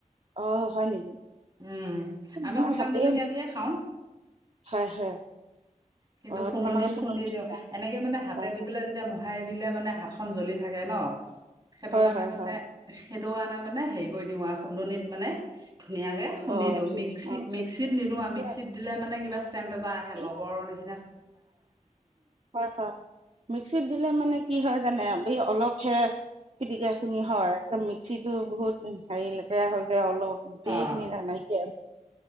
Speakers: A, on the right; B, on the right.
A: আহ হয় নেকি
B: উম, আমি
A: মই
B: শুকান
A: হাতে
B: জলকীয়া দিয়ে খাওঁ।
A: হয় হয়
B: কিন্তু
A: অঁ
B: খুন্দনিত
A: তোমালোকে সোণনি
B: খুন্দি দিওঁ এনেকে মানে হাতে
A: হয়
B: দি পেলাই যেতিয়া মোহাৰি দিলে মানে হা খখন জ্বলি থাকে ন সেইটো
A: হয়
B: কাৰণে
A: হয়
B: মানে
A: হয়
B: সেইটো কাৰণে মানে হেৰি কৰি দিওঁ আৰু খুন্দনত মানে ধুনীয়াকে খুন্দি
A: অঁ
B: দিওঁ
A: ঠিক
B: মিক্সি
A: অঁ ঠিকে
B: মিক্সিত নিদিো আৰু মিক্সিত
A: আছে
B: দিলে মানে কিবা পেট এটা আহে
A: এই
B: ল'ৰ নিচনা
A: হয় হয় মিক্সিত দিলে মানে কি হয় জানে এই অলপহে খিতিকা শুনি হয় মিক্সি টো বহুত হেৰি লেতেৰা হৈ যায় অলপ গোটেই
B: অ
A: খিনি নাইকিয়